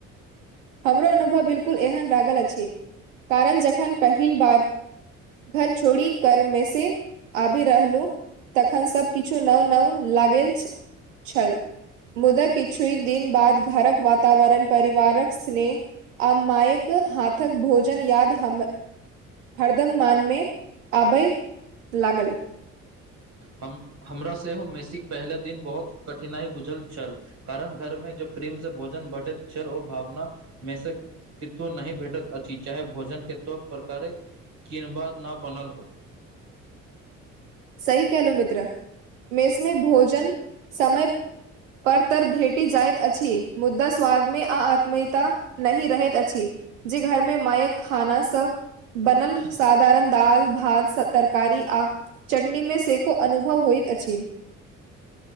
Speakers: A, on the right; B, on the right.
A: हमरो अनुभव बिलकुल एहन लागल अछि कारण जखन पहिल बार घर छोड़ी कर मे से आबी रहलू तखन सभकिछु नाव नाव लागेल छै छल मुदा किछु दिन बाद घरक वातावरण परिवारक स्नेह आ माायक हाथक भोजन याद हम हरदम मानमे आबय लागल
B: हम हमरा सेहो मैसीक पहिला दिन बहुत कठिनाई बुझल छल कारण घरमे जब प्रेम से भोजन भेटैत छल ओ भावना मे से कतु नहि भेटत अची चाहे भोजन केतो प्रकारक किनबा न बनल हो <inaudible>
A: सही केहलो मित्र मेसमे भोजन समय पर तर भेटी जाइत अछि मुद्दा स्वादमे आ आत्मीयता नहि रहैत अछि जे घर मे मायक खाना सब बनल साधारण दाल भात सब तरकारी आ चटनी मे से को अनुभव होइत अछि की